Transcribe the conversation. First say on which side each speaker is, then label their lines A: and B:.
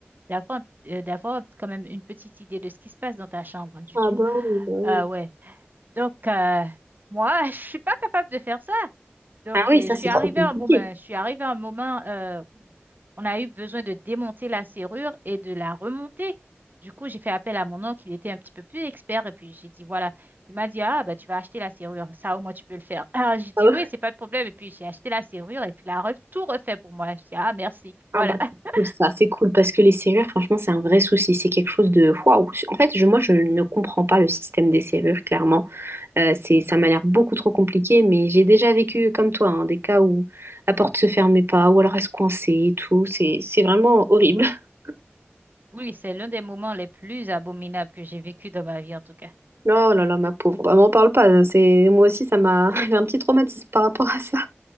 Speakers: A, on the right (about 50°); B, on the right (about 70°).
A: d'avoir euh, d'avoir quand même une petite idée de ce qui se passe dans ta chambre. Du
B: Ah
A: coup,
B: bah oui, bah oui.
A: euh, ouais. Donc, euh, moi, <laughs> je suis pas capable de faire ça. Donc,
B: Ah oui,
A: euh,
B: ça,
A: je suis
B: c'est
A: arrivée
B: trop compliqué.
A: à un moment, je suis arrivée à un moment euh, où on a eu besoin de démonter la serrure et de la remonter. Du coup, j'ai fait appel à mon oncle, il était un petit peu plus expert, et puis j'ai dit, voilà, il m'a dit, ah, bah, tu vas acheter la serrure, ça, au moins, tu peux le faire. <laughs> Ah, j'ai dit,
B: Ah, ouais.
A: oui, c'est pas de problème, et puis j'ai acheté la serrure, et puis il a re- tout refait pour moi. Je dis, ah, merci.
B: Ah
A: Voilà.
B: bah,
A: <laughs>
B: c'est cool, ça, c'est cool, parce que les serrures, franchement, c'est un vrai souci. C'est quelque chose de... Waouh! En fait, je, moi, je ne comprends pas le système des serrures, clairement. Euh, c'est, ça m'a l'air beaucoup trop compliqué, mais j'ai déjà vécu comme toi, hein, des cas où la porte se fermait pas, ou alors elle se coinçait et tout. C'est, c'est vraiment horrible. <laughs>
A: Oui, c'est l'un des moments les plus abominables que j'ai vécu dans ma vie, en tout cas.
B: Oh là là, ma pauvre. Bah, m'en parle pas. hein. C'est, moi aussi, ça m'a, <laughs> j'ai un petit traumatisme par rapport à ça.